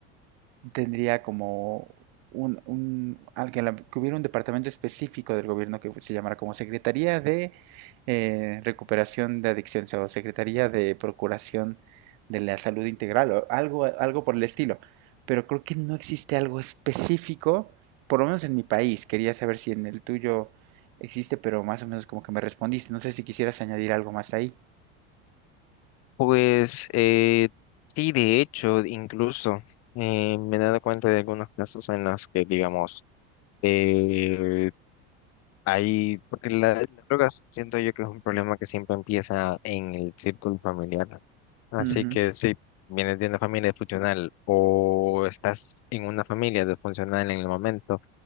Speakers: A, on the right; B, on the left.
A: tendría como un, un alguien, que hubiera un departamento específico del gobierno que se llamara como Secretaría de eh, Recuperación de Adicciones o Secretaría de Procuración de la Salud Integral o algo, algo por el estilo. Pero creo que no existe algo específico, por lo menos en mi país. Quería saber si en el tuyo existe, pero más o menos como que me respondiste. No sé si quisieras añadir algo más ahí.
B: Pues eh, sí, de hecho, incluso eh, me he dado cuenta de algunos casos en los que, digamos, eh, hay, porque la, las drogas siento yo que es un problema que siempre empieza en el círculo familiar, Así
A: Ujú.
B: que si vienes de una familia funcional o estás en una familia disfuncional en el momento,